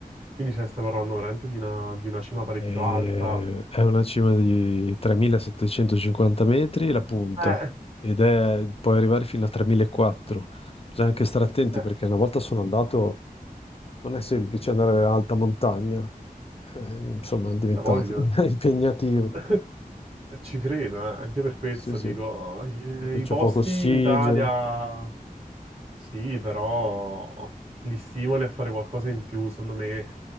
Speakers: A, on the right (about 40°); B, on the left (about 40°).
A: Quindi cioè, stai parlando veramente di una, di una cima parecchio
B: Eh,
A: alta.
B: È una cima di 3750 metri la punta
A: Eh,
B: ed è, puoi arrivare fino a 3400. Bisogna anche stare attenti
A: eh,
B: perché una volta sono andato Non è semplice andare in alta montagna, eh, insomma, diventa
A: la voglio.
B: <laughs> impegnativo.
A: <laughs> Ci credo, eh, Anche per questo
B: Sì, sì,
A: dico, eh,
B: proprio
A: i
B: c'è
A: posti
B: poco ossigeno.
A: in Italia sì, però li stimoli a fare qualcosa in più. Secondo me,